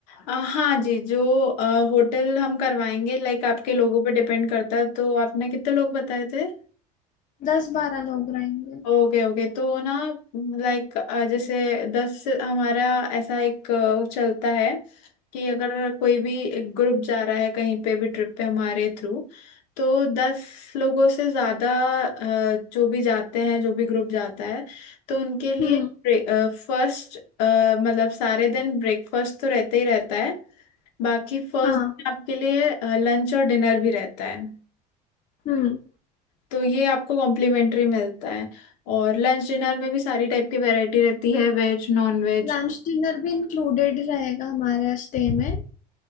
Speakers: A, on the left; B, on the left.
A: अ, हाँ जी जो अ, होटल हम करवाएंगे लाइक आपके लोगों पे डिपेंड करता है तो आपने कितने लोग बताए थे
B: दस बारह लोग रहेंगे
A: ओके ओके तो ना लाइक जैसे दस से हमारा ऐसा एक अ, चलता है कि अगर कोई भी ग्रुप जा रहा है कहीं पे भी ट्रिप पे हमारे थ्रू तो दस लोगों से ज़्यादा अ, जो भी जाते हैं जो भी ग्रुप जाता है तो उनके लिए
B: हम्म
A: फर्स्ट मतलब सारे दिन ब्रेकफास्ट तो रहता ही रहता है बाकी फर्स्ट
B: हाँ
A: डे आपके लिए लंच और डिनर भी रहता है
B: हम्म
A: तो ये आपको कॉम्प्लीमेंट्री मिलता है और लंच डिनर में भी सारी टाइप की वैरायटी रहती है veg non veg
B: लंच डिनर भी इंक्लूडेड रहेगा हमारे स्टे में